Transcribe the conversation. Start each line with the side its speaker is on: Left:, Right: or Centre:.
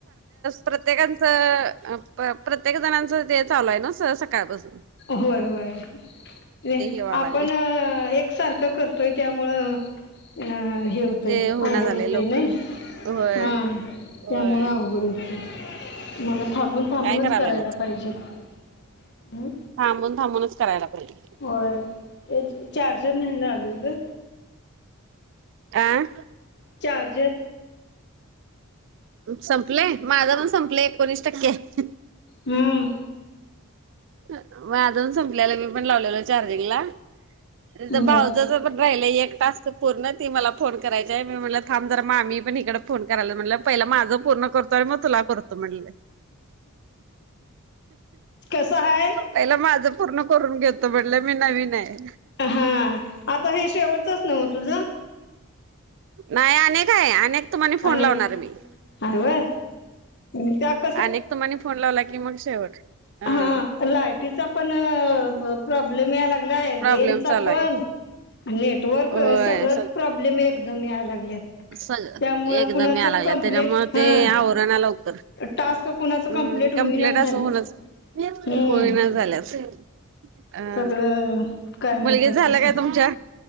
Right: प्रत्येकांचं प्रत्येक जणांचं ते चालू आहे ना स सकाळपासनं.
Left: होय होय
Right: व्हाय
Left: आपण
Right: लागले
Left: एक सारखं करतोय त्यामुळं अं हे होतय
Right: ते होना
Left: आवघड
Right: झालंय
Left: होतय
Right: लवकर.
Left: नाही,
Right: होय.
Left: हा
Right: होय
Left: त्यामुळं आवघड होतयं. मला थांबून थांबूनच
Right: काय करायलाय
Left: करायला
Right: मग
Left: पाहिजे, अहं.
Right: थांबून थांबूनच करायला पाहिजे.
Left: होय तेच चार्जर न्यायला आलोय गं.
Right: आ
Left: चार्जर.
Right: संपलंय माझं पण संपलंय एकोणीस टक्के हाय.
Left: हम्म.
Right: माझं पण संपल्यालं मी पण लावलेलो चार्जिंगला. तिथं भाऊजच
Left: बर
Right: पण राहिलयं एक टास्क तिचं पूर्ण ती मला फोन करायची हाय मी म्हटलं थांब जरा मामी पण हीकडं फोन करायला म्हटलं पहिला माझ पूर्ण करतो आणि मग तुला करतो म्हटलं.
Left: कसं हाय?
Right: पहिलं माझं पूर्ण करून घेतो म्हणलं मी नवीन हायं.
Left: हां, आता हे शेवटचचं नव तुझं?
Right: नाही अनेक हाय अनेक तुम्हाणी फोन
Left: आणि
Right: लावणार मी,
Left: हाय व्हयं त्यात
Right: अनेक तुम्हानी फोन लावला की मग शेवट ह.
Left: हा लायटीचा पण प्रॉब्लेम यायलागं लाय
Right: प्रॉब्लेम
Left: रेंजचा
Right: चालू
Left: पण
Right: आहे
Left: नेटवर्क
Right: होय
Left: सगळंच प्रॉब्लेम एक दम यायला लागल्यात.
Right: स
Left: त्यामुळं
Right: एकदम
Left: कुणाचं
Right: यायलागल्यात
Left: कंप्लेट
Right: तेच्यामुळं
Left: हा
Right: ते आवरणा लवकर.
Left: टास्क कुणाचं
Right: हम्
Left: कंप्लीट
Right: कमप्लीट
Left: होईनाच झाल्यात
Right: असं होउनच
Left: हम्म
Right: होहिनाच झाल्यात. अह
Left: सगळं काय म्हणतात
Right: मुलगी झालं
Left: तसं
Right: काय तुमच्या?